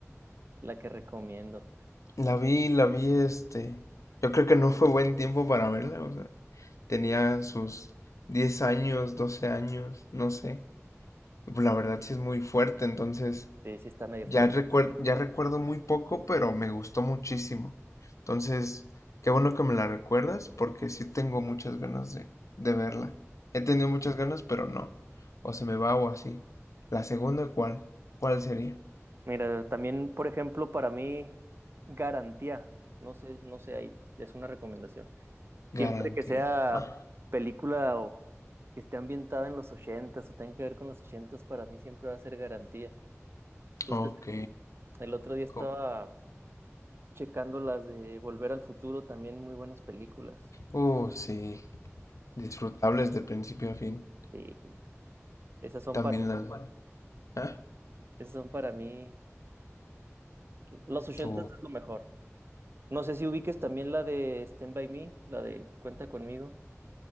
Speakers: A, on the right; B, on the left.
A: la que recomiendo.
B: La vi, la vi, este, yo creo que no fue buen tiempo para verla, o sea, tenía sus 10 años, 12 años, no sé. La verdad sí es muy fuerte, entonces
A: Sí, sí está medio
B: ya
A: fuerte.
B: recuer- ya recuerdo muy poco, pero me gustó muchísimo. Entonces, qué bueno que me la recuerdas, porque sí tengo muchas ganas de, de verla. He tenido muchas ganas, pero no. O se me va o así. La segunda, ¿cuál? ¿Cuál sería?
A: Mira, también, por ejemplo, para mí, garantía. No sé, no sé, ahí es una recomendación.
B: Garantía.
A: Siempre que sea
B: Ah,
A: película o que esté ambientada en los ochentas o tenga que ver con los ochentas, para mí siempre va a ser garantía. Entonces,
B: ok.
A: el otro día estaba
B: Co-
A: checando las de Volver al Futuro, también muy buenas películas.
B: Uh, sí. Disfrutables de principio a fin.
A: Sí, sí. Esas son
B: También
A: para,
B: la... ¿Ah?
A: esas son para mí. Los ochentas
B: Tu...
A: es lo mejor. No sé si ubiques también la de Stand By Me, la de Cuenta conmigo.